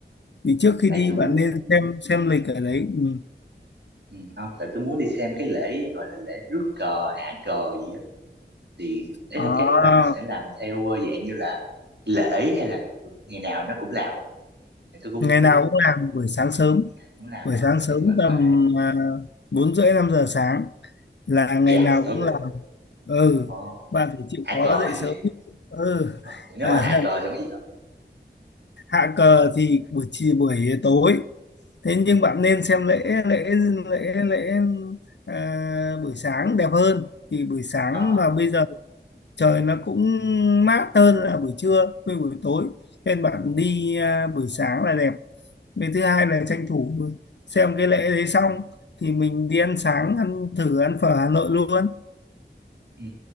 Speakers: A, on the left; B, on the right.
A: thì
B: Ừ.
A: trước khi
B: tại
A: đi
B: tôi muốn
A: bạn nên xem xem
B: ừ.
A: lịch ở đấy Ừm.
B: Ừ, không tại tôi muốn đi xem cái lễ gọi là lễ rước cờ hạ cờ gì á thì đấy
A: Đó,
B: là cái đó là nó sẽ làm theo ờ, dạng như là lễ hay là ngày nào nó cũng làm không thì tôi cũng
A: ngày
B: muốn đi
A: nào cũng làm buổi sáng sớm
B: cũng làm
A: buổi
B: rồi
A: sáng sớm
B: tuyệt vời
A: tầm
B: quá
A: à, bốn rưỡi năm giờ sáng là ngày
B: dạ
A: nào
B: sớm
A: cũng
B: rồi
A: ừ
B: ồ
A: bạn phải chịu
B: hạ
A: khó
B: cờ
A: dậy
B: thì
A: sớm
B: gì?
A: ừ
B: ờ, vậy nếu
A: à,
B: mà hạ cờ thì mấy giờ
A: <laughs> hạ cờ thì buổi chiều buổi tối thế nhưng bạn nên xem lễ lễ lễ lễ à, buổi sáng đẹp hơn thì buổi sáng
B: ờ
A: mà bây giờ trời nó cũng mát hơn là buổi trưa với buổi tối nên bạn đi à, buổi sáng là đẹp với thứ hai là
B: ừ,
A: tranh thủ xem cái lễ đấy xong thì mình đi ăn sáng ăn thử ăn phở Hà Nội luôn
B: ừ,